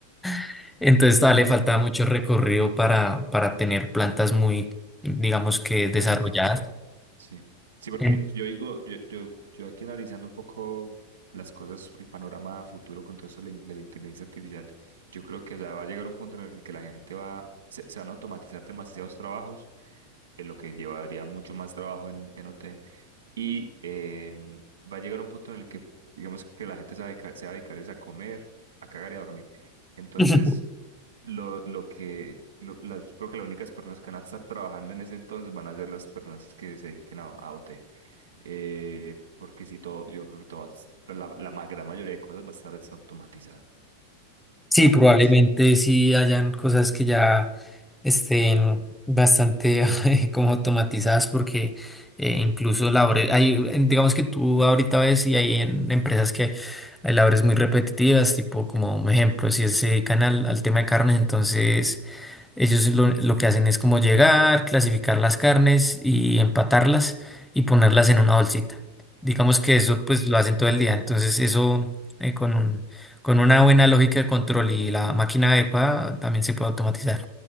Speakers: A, in the centre; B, on the right.
A: <laughs> Entonces todavía le falta mucho recorrido para, para tener plantas muy, digamos que desarrolladas.
B: Tecnificar, sí. Sí, porque
A: En-
B: yo digo, yo, yo, yo aquí analizando un poco las cosas, el panorama futuro con todo esto de la in- de la inteligencia artificial, yo creo que ya va a llegar un punto en el que la gente va, se, se van a automatizar demasiados trabajos, en lo que llevaría mucho más trabajo en, en OT. y em, va a llegar un punto en el que, digamos que la gente se va a dedicar, se va a dedicar es a comer, a cagar y a dormir. Entonces,
A: <laughs>
B: lo, lo que, lo- las, yo creo que las únicas personas que van a estar trabajando en ese entonces van a ser las personas que se dediquen a, a OT. Eh, porque si todo, yo creo que todas, la, la ma- gran mayoría de cosas va a estar desautomatizada.
A: Sí, probablemente
B: Entonces, sí.
A: sí hayan cosas que ya estén bastante <laughs> como automatizadas porque eh, incluso la labores, hay, en- digamos que tú ahorita ves y hay en empresas que hay labores muy repetitivas, tipo como un ejemplo, si se dedican al, al tema de carnes, entonces ellos lo, lo que hacen es como llegar, clasificar las carnes y empatarlas y ponerlas en una bolsita. Digamos que eso pues lo hacen todo el día. Entonces eso eh, con un- con una buena lógica de control y la máquina adecuada también se puede automatizar.